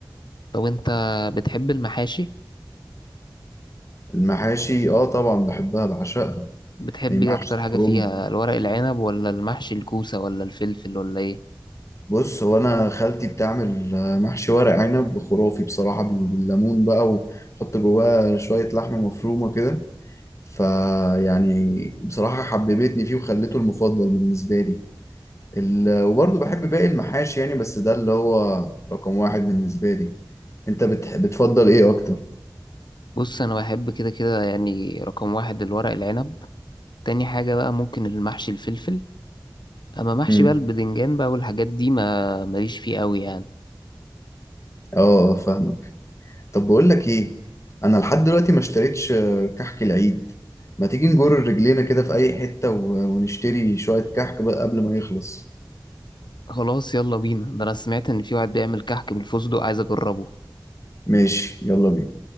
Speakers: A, on the left (about 70°); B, on the left (about 40°).
A: طب انت بتحب المحاشي
B: المحاشي اه طبعا بحبها بعشقها
A: بتحب
B: يعني
A: ايه
B: محشي
A: اكتر حاجة
B: كروم
A: فيها الورق العنب ولا المحشي الكوسة ولا الفلفل ولا ايه
B: بص هو انا خالتي بتعمل آه، محشي ورق عنب خرافي بصراحة بال- بالليمون بقى وتحط جواه شوية لحمة مفرومة كده فيعني بصراحة حببتني فيه وخليته المفضل بالنسبة لي ال... وبرضه بحب باقي المحاشي يعني بس ده اللي هو رقم واحد بالنسبة لي انت بت... بتفضل ايه اكتر؟
A: بص انا بحب كده كده يعني رقم واحد الورق العنب تاني حاجة بقى ممكن المحشي الفلفل أما محشي
B: امم
A: بقى البدنجان بقى والحاجات دي ما ماليش فيه قوي يعني
B: اه آه، فاهمك طب بقول لك ايه انا لحد دلوقتي ما اشتريتش آه، كحك العيد ما تيجي نجر رجلينا كده في اي حتة و- ونشتري شوية كحك بقى قبل ما يخلص
A: خلاص يلا بينا ده أنا سمعت إن في واحد بيعمل كحك بالفستق عايز أجربه
B: ماشي يلا بينا